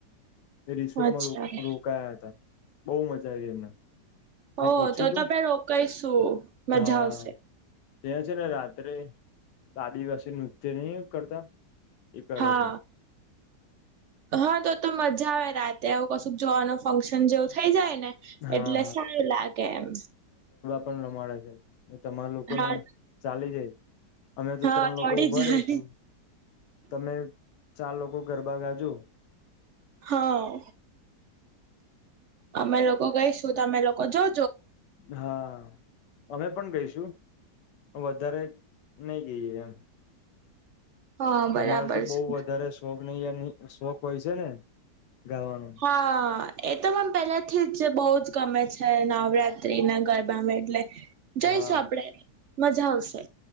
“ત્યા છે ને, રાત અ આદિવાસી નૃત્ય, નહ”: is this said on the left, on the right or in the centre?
Left